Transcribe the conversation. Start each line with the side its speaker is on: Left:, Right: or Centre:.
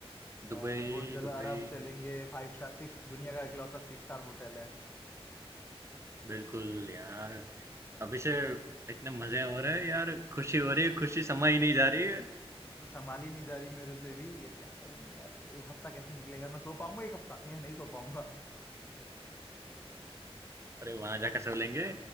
Right: दुबई
Left: आ, बुर्ज अल
Right: दुबई
Left: अरब चलेंगे फाइव स्टार सिक्स दुनिया का इकलौता सिक्स स्टार होटल है
Right: बिल्कुल यार
Left: आ,
Right: अभी से इतने मजे हो रहे हैं यार खुशी हो रही है खुशी समा ही नहीं जा रही है
Left: संभाल ही नहीं जा रही मेरे से भी ये क्या करूंगा यार एक हफ्ता कैसे निकलेगा मैं सो पाऊंगा एक हफ्ता या नहीं सो पाऊंगा
Right: अरे वहां जाकर सो लेंगे